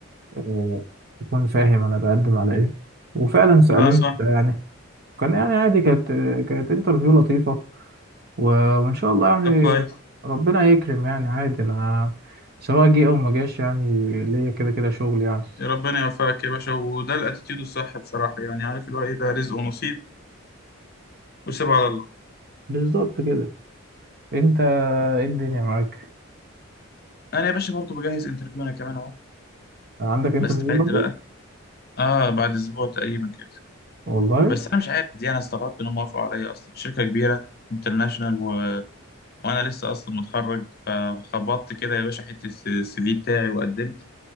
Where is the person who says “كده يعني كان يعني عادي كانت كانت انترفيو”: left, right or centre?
Right